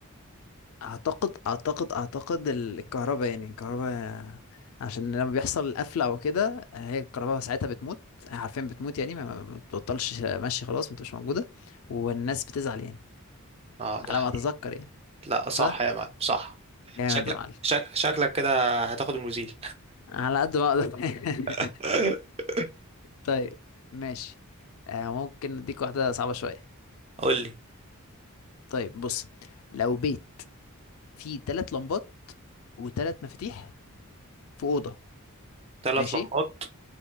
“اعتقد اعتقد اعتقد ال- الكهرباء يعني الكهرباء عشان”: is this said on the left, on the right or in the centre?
Left